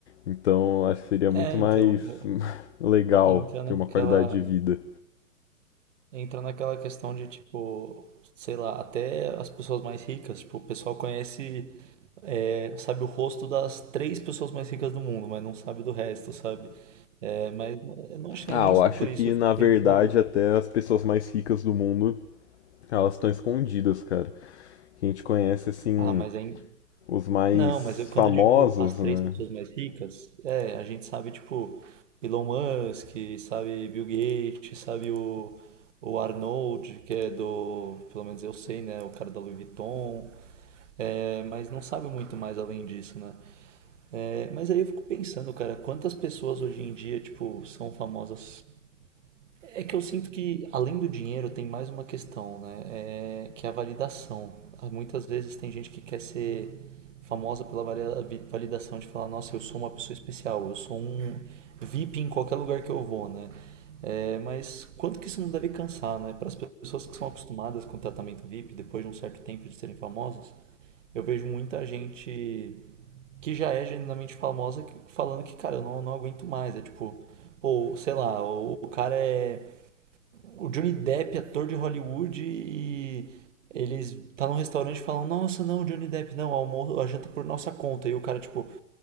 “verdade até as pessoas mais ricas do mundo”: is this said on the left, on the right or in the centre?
Left